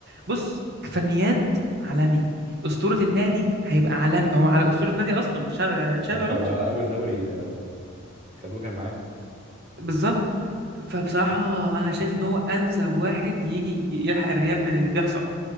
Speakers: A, on the right; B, on the right.
A: بص فنيات عالمي اسطوره النادي هيبقى عالمي هو على اسطوره نادي اصلا تشا- تشابي
B: ما هو خ-
A: الونسو
B: هو اول دوري آه، خدوه كان معاه
A: بالظبط فبصراحه انا شايف ان هو انسب واحد يجي يلحق الريال من اللي بيحصل